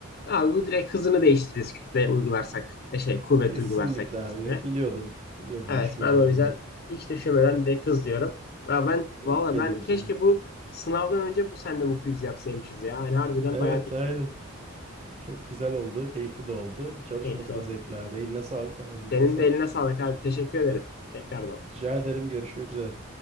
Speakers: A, on the left; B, on the right.
A: abi bu direkt hızını değiştiririz kütle uygularsak. e, Şey kuvvet
B: Kesinlikle
A: uygularsak bir
B: abi.
A: cisme.
B: Biliyordum. Biliyordum
A: Evet
B: düşmeyeceğini
A: ben o yüzden
B: buna.
A: hiç düşünmeden direkt hız diyorum. Ya ben
B: Tebrik
A: valla
B: ederim
A: ben keşke
B: seni.
A: bu sınavdan önce bu senle bu quiz yapsaymışız ya. Yani harbiden
B: Evet
A: bayağı bir
B: aynen. Çok güzel oldu. Keyifli de oldu. Çalışması
A: keyifli o.
B: da zevkli abi. Eline sağlık, ağzına
A: Senin
B: sağlık.
A: de eline sağlık abi. Teşekkür ederim. Tekrardan.
B: Rica ederim. Görüşmek üzere.